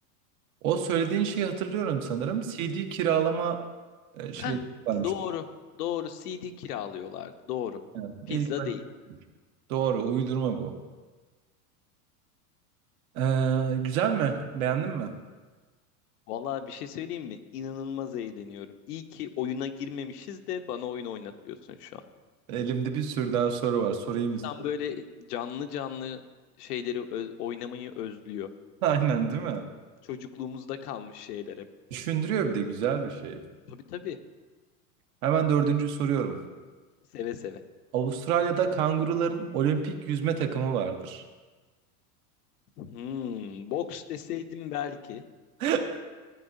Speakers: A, on the right; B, on the left.
A: O söylediğin şeyi hatırlıyorum sanırım. C D kiralama e, şey
B: Heh,
A: varmış.
B: doğru. Doğru CD kiralıyorlardı. Doğru.
A: Yani
B: Pizza
A: ilk böyle-
B: değil.
A: doğru uydurma bu. Ee, güzel mi? Beğendin mi?
B: Vallahi bir şey söyleyeyim mi? İnanılmaz eğleniyorum. İyi ki oyuna girmemişiz de bana oyun oynatıyorsun şu an.
A: Elimde bir sürü daha soru var. Sorayım
B: İnsan
A: istiyorum.
B: böyle canlı canlı şeyleri öz- oynamayı özlüyor.
A: <laughs> Aynen değil mi?
B: Çocukluğumuzda kalmış şeyler hep.
A: Düşündürüyor bir de güzel bir şey.
B: Tabii tabii.
A: Hemen dördüncü soruyorum.
B: Seve seve.
A: Avustralya'da kanguruların olimpik yüzme takımı vardır.
B: Hmm, boks deseydim belki.
A: <laughs>